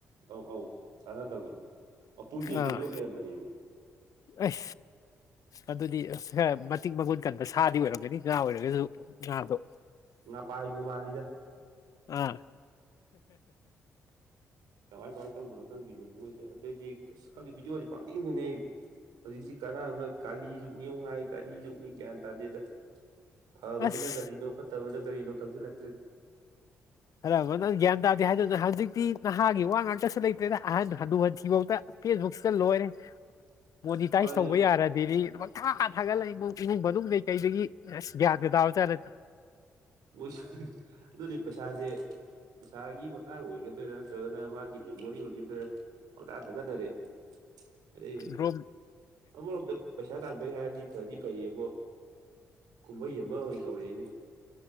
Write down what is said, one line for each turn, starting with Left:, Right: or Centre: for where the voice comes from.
Right: ꯑꯧ ꯑꯧ ꯆꯥꯟꯅꯗꯕꯗꯣ ꯃꯄꯨꯝꯁꯦ ꯍꯦꯛꯇ
Left: ꯑꯥ
Right: ꯌꯣꯠ ꯂꯩꯔꯝꯕꯅꯦꯃꯤ
Left: ꯑꯦ ꯑꯗꯨꯗꯤ ꯃꯇꯤꯛ ꯃꯒꯨꯟ ꯀꯟꯕ ꯁꯥꯗꯤ ꯑꯣꯏꯔꯝꯒꯅꯤ ꯉꯥ ꯑꯣꯏꯔꯒꯁꯨ ꯉꯥꯗꯣ
Right: ꯉ ꯄꯥꯏꯕꯕꯨ ꯃꯥꯂꯤꯗ
Left: ꯑꯥ
Right: ꯀꯃꯥꯏ ꯀꯃꯥꯏ ꯇꯧꯕꯅꯣ ꯈꯪꯗꯣꯏꯅꯦ ꯃꯣꯏꯁꯦ ꯑꯗꯩꯗꯤ ꯀ ꯈꯪꯗꯦ ꯚꯗꯤꯑꯣꯁꯦ ꯄꯥꯡꯇꯦꯡꯗꯦꯅꯦ ꯍꯧꯖꯤꯛꯁꯤ ꯀꯅꯥꯝꯅ ꯀꯥꯂꯤꯁꯨꯨꯛꯅꯤꯅꯨꯡꯉꯥꯏ ꯀꯥꯂꯤꯁꯨꯨꯛꯅꯤ ꯒ꯭ꯌꯥꯟ ꯇꯥꯗꯦꯗ ꯐꯥꯕꯁꯤꯅ
Left: ꯑꯁ
Right: ꯀꯔꯤꯅꯣ ꯐꯠꯇꯕꯅ ꯀꯔꯤꯅꯣ ꯈꯪꯁꯤꯜꯂꯛꯇ꯭ꯔꯤꯅ
Left: ꯑꯔ ꯅꯪ ꯒ꯭ꯌꯥꯟ ꯇꯥꯗꯦ ꯍꯥꯏꯗꯅ ꯍꯧꯖꯤꯛꯇꯤ ꯅꯍꯥꯒꯤ ꯋꯥ ꯉꯥꯛꯇꯁꯨ ꯂꯩꯇ꯭ꯔꯦꯅ ꯑꯍꯟ ꯍꯟꯨ ꯍꯟꯊꯤꯐꯥꯎꯗ ꯐꯦꯁꯕꯨꯛꯁ ꯂꯣꯏꯔꯦ
Right: <inaudible>
Left: ꯃꯣꯅꯤꯇꯥꯏꯁ
Right: ꯃꯥꯅꯤ
Left: ꯇꯧꯕ ꯌꯥꯔꯗꯤ ꯑꯗꯨꯃꯛ ꯊꯥ ꯊꯥꯒꯠꯂꯛꯏ ꯏꯃꯨꯡ ꯏꯃꯨꯡ ꯃꯅꯨꯡ ꯀꯩꯗꯒꯤ ꯑꯁ ꯒ꯭ꯌꯥꯟꯇꯨ ꯇꯥꯔ ꯆꯥꯠꯔ
Right: ꯃꯣꯏꯁꯨ ꯑꯗꯨꯗꯤ ꯄꯩꯁꯥꯁꯦ ꯄꯩꯁꯥꯒꯤ ꯃꯇꯥꯡ ꯑꯣꯏꯒꯗꯣꯏꯔꯥ ꯅꯠꯇ꯭ꯔꯒꯅ ꯃꯥꯒꯤ ꯃꯦꯃꯣꯔꯤ ꯑꯣꯏꯒꯗꯣꯏꯔꯥ ꯄꯇꯥ ꯊꯥꯒꯠꯗꯔꯦ ꯑꯗ
Left: ꯕ꯭ꯔꯣ
Right: ꯑꯃ ꯄꯩꯁꯥ ꯏꯁꯩꯥ ꯇꯥꯟꯥꯟꯕꯩ ꯍꯥꯏꯔꯗꯤ ꯐꯗꯤ ꯐꯩꯌꯦꯕꯣ ꯀꯨꯝꯍꯩ ꯑꯃ ꯑꯣꯏꯅ ꯇꯧꯔꯛꯏꯅꯦ